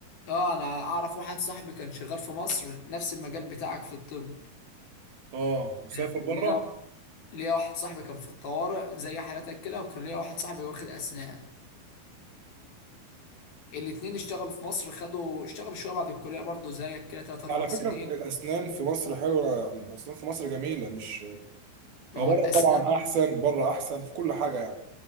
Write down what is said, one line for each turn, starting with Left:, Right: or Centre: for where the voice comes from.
Left: اه انا اعرف واحد صاحبي كان شغال في مصر نفس المجال بتاعك في الطب
Right: اه مسافر
Left: كان
Right: بره
Left: ليا ليا واحد صاحبي كان في الطوارئ زي حالتك كده وكان ليا واحد صاحبي واخد اسنان الاتنين اشتغلوا في مصر خدوا اشتغلوا شوية بعد الكلية برضه زيك كده تلات أربع
Right: على
Left: سنين
Right: فكره الاسنان في مصر حلوه يعني، الاسنان في مصر جميله مش
Left: ما
Right: هو
Left: هو
Right: بره
Left: الأسنان
Right: طبعا احسن بره احسن في كل حاجه يعني